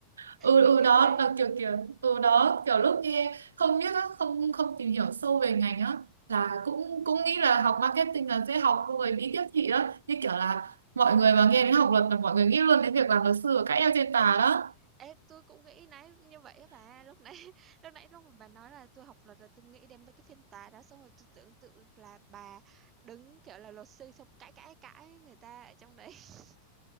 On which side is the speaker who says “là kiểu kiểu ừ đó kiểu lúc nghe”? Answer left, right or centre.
Right